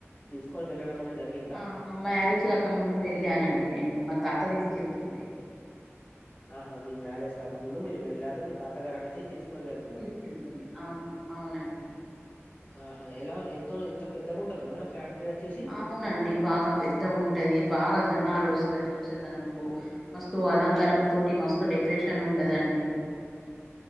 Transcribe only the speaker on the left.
తీసుకొని వెళ్ళడం అనే జరిగిందా
ఆహా మీ మ్యారేజ్ కాకముందు మీరు వెళ్లారు మీ తాతగారు అనేసి తీసుకొని వెళ్
ఆహా ఎలా ఎంతో ఎంత పెద్దగా ఉంటదా మేడం ఫ్యాక్టరీ వచ్చేసి